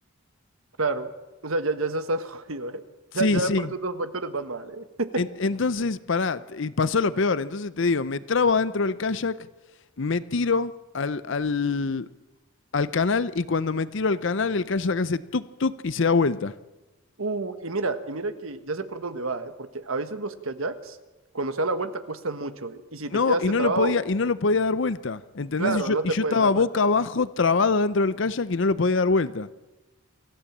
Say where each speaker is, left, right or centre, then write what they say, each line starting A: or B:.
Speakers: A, on the right (about 75°); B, on the left (about 60°).
A: Claro. O sea, ya, ya estás <laughs> jodido, ¿eh?
B: Sí,
A: Ya, ya
B: sí.
A: por esos dos factores van mal, ¿eh?
B: En- entonces, pará, t- y pasó lo peor, entonces te digo, me trabo adentro del kayak, me tiro al, al, al canal y cuando me tiro al canal el kayak hace tuk tuk y se da vuelta.
A: Uh, y mira, y mira que ya sé por dónde va, ¿eh? Porque a veces los kayaks, cuando se dan la vuelta, cuestan mucho, ¿eh? Y si te
B: No,
A: quedaste
B: y no
A: trabado,
B: lo podía, y no lo podía dar vuelta, ¿entendés?
A: claro,
B: Y yo,
A: no
B: y
A: te
B: yo
A: puedes
B: estaba
A: dar
B: boca
A: vuelta.
B: abajo, trabado dentro del kayak y no lo podía dar vuelta.